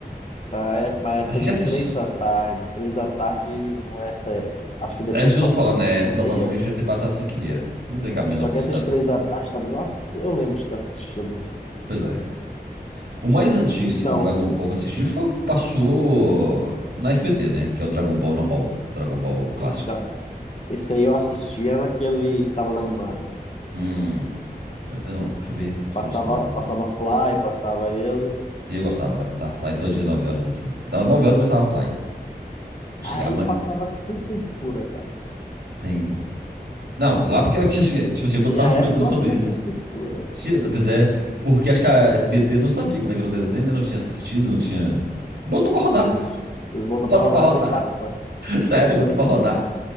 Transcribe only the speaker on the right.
Mas
você
já assistiu?
É isso que
eu tô falando,
é.
Provavelmente
deve ter passado 5 e meia. Não tem cabimento
nós
ter estudado.
Pois é. O mais antigo,
assim, do Dragon Ball que eu assisti foi o que passou na SBT, né? Que é o Dragon Ball normal. o Dragon Ball clássico.
Hum. eu- eu Não, deixa eu ver. se
Foi no Sandro Animado.
Eu gostava, levantava fly todo dia 9 horas, assim. Dava 9 horas e começava a fly. Eu chegava
amanhã.
Sim. Não, lá porque eu tinha, assim, tipo
assim, eu tava
comentando
sobre
isso.
Tinha, pois é, porque acho que a SBT não sabia como é que era o desenho, né? Não tinha assistido, não tinha. Botou
pra rodar.
<laughs>
Botou
pra rodar.
<laughs> Sério, botou pra rodar.